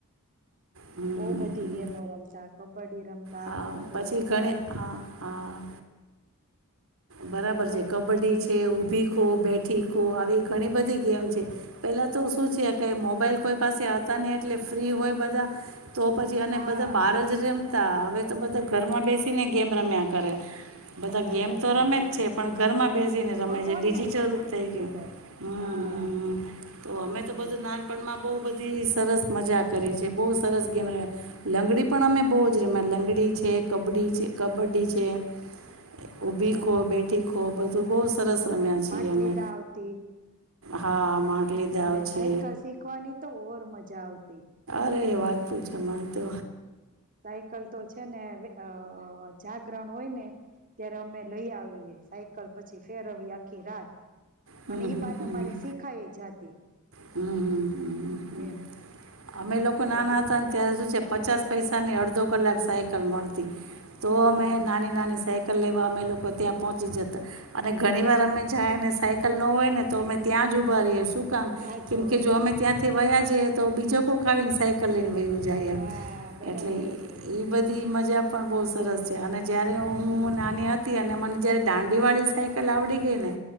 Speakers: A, on the right; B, on the right.
A: હમ
B: બહ
A: હમ
B: બધી
A: હમ
B: ગેમો રમતા બડી રમતા
A: હા
B: ખોખો
A: પછી
B: રમતા.
A: ઘણી હા હા બરાબર છે. કબડ્ડી છે ઊભી ખો બેઠી ખો આવી ઘણી બધી ગેમ છે, પહેલાં તો શું છે ક મોબાઈલ કોઈ પાસે હતા ને એટલે ફ્રી હોય બધા. તો પછી અને
B: હા
A: બધા બહાર જ રે તા હવે તો બધા ઘરમાં બેસીને ગેમ રમ્યા કરે. બધા
B: રમ્યા
A: ગેમ તો
B: કરે
A: રમે
B: હા
A: જ છે પણ ઘરમાં બેસીને રમે
B: પણ
A: છે
B: ઓનલાઈન
A: ડિજિટલ
B: રમે
A: જ થઈ
B: છે
A: ગયું,
B: બધા
A: હમ
B: હા
A: તો અમે તો બધું
B: એમ
A: નાનપમાં- બહ બધી સરસ મજા કરી છેબહુ સરસ ગેમ લંગડી પણ અમે બોજ
B: અચ્છા
A: લંગડી છે કબડી છે કબડ્ડી છે. ઉભી
B: અચ્છા
A: ખો બેઠી ખહબ બધું બહુ સરસ રમ્યા છીએ
B: માટલી
A: અમે
B: દા આવતી
A: હા. માટલી દાવ
B: અને સાયકલ
A: છે
B: શીખવાની તો ઓર મજા. જાવતી.
A: અરે વાત પું છે મારે તો
B: સાયકલ તો છે ને અ જાગરણ હોય ને અત્યારે અમે લઈ આવીએ સાયકલ પછી ફેરવીએ આખી રાત.
A: હમ
B: અને ઈ
A: હમ
B: બાને
A: હમ
B: અમારે શીખાય જાતી.
A: હમ
B: એમ
A: અમે લોકો
B: બધા
A: નાના
B: ગ્રુપ
A: હતા ત્યારે શું છે પચાસ પૈસા ને અડધો કલાક સાયકલ મળતી. તો અમે
B: હા
A: નાની નાની સાયક કલ લેવા અમે લોકો ત્યાં પહોંચી જતા, અને ઘણીવાર અમે જાય અને સાયકલ ન હોય ને તો અમે ત્યાં જ ઊભા રહીએ. શું કામ?
B: રાહ
A: કેમ
B: જોવે
A: કે જો અમે ત્યાં થી વયા જઈએ તો બીજો કોક આવીને સાયકલ લઈને વયો જાય
B: હા
A: એમ
B: બરાબર
A: એટલે
B: છે
A: ઈ બધી મજ જા પણ બહુ સરસ છે અને જયારે હું
B: હમ
A: હું
B: હમ
A: નાની હતી અને મને જયારે દાંડીવાળી સાયકલ આવડી ગઈ ને